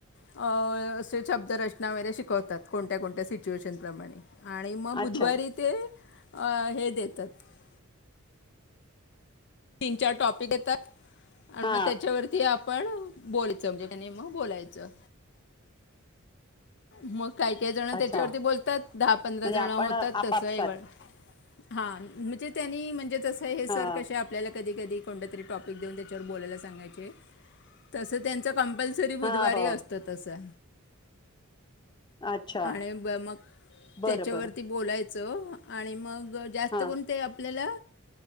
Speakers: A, on the left; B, on the left.
A: अ असे शब्दरचना वगैरे शिकवतात कोणत्या कोणत्या सिच्युएशन प्रमाणे आणि म बुधवारी
B: अच्छा
A: ते हे देतात. तीन तीन, चार टॉपिक येतात आणि
B: हा
A: मग त्याच्यावरती आप पण बोलायचं म्हणजे कनी मग बोलायचं मग काही, काही जण
B: अच्छा
A: त्याच्यावरती बोलतात दहा, पंधरा
B: म्हणजे
A: जण
B: आपण
A: होतात
B: आपापसात
A: तसं एव हा म्हणजे त्यांनी म्हणजे तसं हे सर
B: हा
A: कशे आपल्याला कधी, कधी कोणत तरी टॉपिक देऊन त्याच्यावर बोलायला सांगायचे तसं त्यांचा कंपल्सरी बुधवारी
B: हा हो
A: असत तसं.
B: अच्छा
A: आणि ब मग
B: बरं
A: त्याच्यावरती
B: बरं
A: बोलायचं आणि मग जास्त
B: हा
A: कोण ते आपल्याला